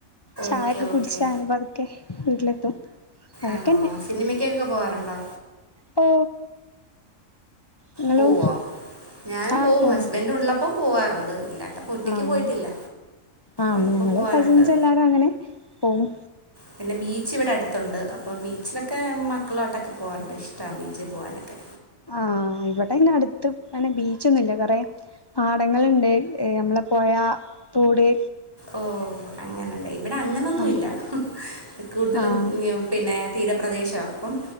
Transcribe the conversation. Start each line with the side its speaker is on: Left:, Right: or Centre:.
Left: ചായയൊക്കെ
Right: ഓക്കെ ഓക്കെ
Left: കുടിച്ച് ആണു പതുക്കെ വീട്ടിലെത്തും. അതൊക്കെന്നെ
Right: ആണോ? സിനിമക്കൊക്കെ പോവാറുണ്ടോ?
Left: ഓ. നിങ്ങളോ
Right: പോവോ? ഞാനും
Left: ആഹ്
Right: പോവും.
Left: പോയി
Right: ഹസ്ബൻഡ് ഉള്ളപ്പോ പോവാറുണ്ട്. ഒറ്റക്ക്
Left: ആഹ്!
Right: പോയിട്ടില്ല
Left: ആഹ്!
Right: ഉള്ളപ്പോ
Left: ഞങ്ങള്
Right: പോവാറുണ്ട്
Left: കസിൻസ് എല്ലാരും അങ്ങനെ പോവും.
Right: പിന്നെ ബീച്ച് ഇവിടെ അടുത്തുണ്ട്. അപ്പൊ ബീച്ചിലൊക്കെ മക്കളോട്ടൊക്കെ പോകാറുണ്ട്. ഇഷ്ടമാണ് ബീച്ചിൽ പോകാനൊക്കെ.
Left: ആഹ്! ഇവിടെ ഇങ്ങെടുത്ത് പിന്നെ ബീച്ചൊന്നുംല്ല. കുറെ പാടങ്ങളുണ്ട്. നമ്മള് പോയാ തൂടെ!
Right: ഓ! അങ്ങനണ്ട്. ഇവിടെ അങ്ങനൊന്നുംല്ല.
Left: ആഹ്
Right: കൂടുതലും
Left: ആഹ്
Right: പിന്നെ! തീരപ്രദേശമാണ് അപ്പം